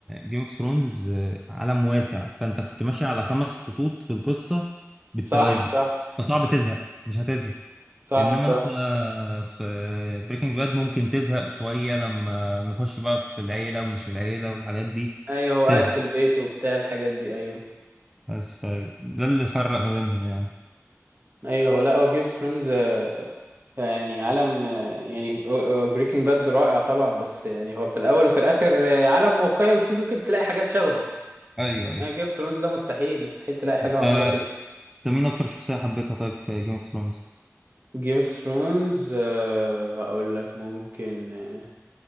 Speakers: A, in the centre; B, on the right (about 40°).
A: جيم اوف ثرونز عالم واسع فانت كنت ماشي على خمس خطوط في القصة بالتوازي
B: صح صح
A: فصعب تزهق مش هتزهق
B: صح
A: انما
B: صح
A: انت آه، في بريكنج باد ممكن تزهق شوية لما نخش بقى في العيلة ومش العيلة والحاجات دي
B: ايوه هو
A: تزهق
B: قاعد في البيت وبتاع الحاجات دي ايوه
A: بس فده اللي فرق ما بينهم يعني
B: ايوه هو لا هو جيم اوف ثرونز يعني عالم يعني بريكنج باد رائع طبعا بس يعني هو في الاول وفي الاخر عالم واقعي وفي ممكن تلاقي حاجات شبهه
A: ايوه
B: انها
A: ايوه
B: جيم اوف ثرونز ده مستحيل مستحيل تلاقي حاجه
A: انت
B: معموله كده اصلا
A: انت مين اكتر شخصية حبيتها طيب في جيم اوف ثرونز
B: جيم اوف ثرونز هقول لك ممكن آه،